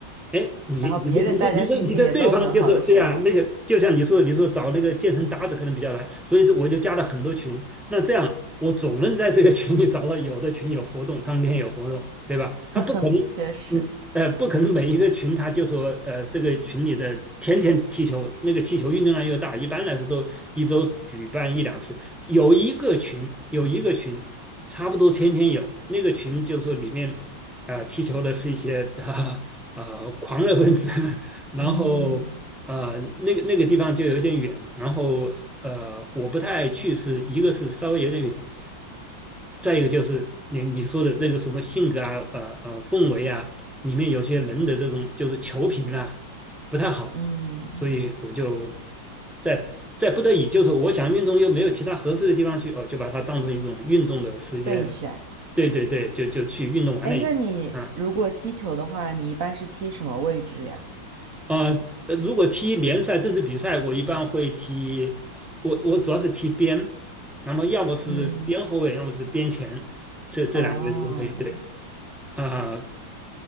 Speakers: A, in the centre; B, on the right.
A: 哎，你你的你的你的你的对方就是对啊，
B: 然后别人大家心情也都很好的时候，
A: 那个就像你说你说找那个健身搭子可能比较难，所以这我就加了很多群。那这样我总能在这个群里找到有的群有活动，当天有活动，对吧？他不可能，
B: <laughs> 确实，
A: 嗯呃，不可能每一个群他就说呃这个群里的天天踢球，那个踢球运动量又大，一般来说都一周举办一两次。有一个群有一个群差不多天天有，那个群就说里面。呃，踢球的是一些呃 <laughs> 呃狂热分子，<laughs> 然后呃那个那个地方就有点远，
B: 嗯
A: 然后呃我不太爱去是，一个是稍微有点远，再一个就是你你说的那个什么性格啊，呃呃氛围啊，里面有些人的这种就是球品呐不太好，
B: 嗯，
A: 所以我就在在不得已，就是我想运动又没有其他合适的地方去，哦，就把它当成一种运动的时间，
B: 备选。
A: 对对对，就就去运动完了。
B: 哎，
A: 以。
B: 那你如果踢球的话，
A: 嗯，
B: 你一般是踢什么位置呀？
A: 呃，呃如果踢联赛正式比赛，我一般会踢，我我主要是踢边，那么要么是边后卫，
B: 嗯，
A: 要么是边前，这这两个位置都可以。
B: 哦，
A: 对啊、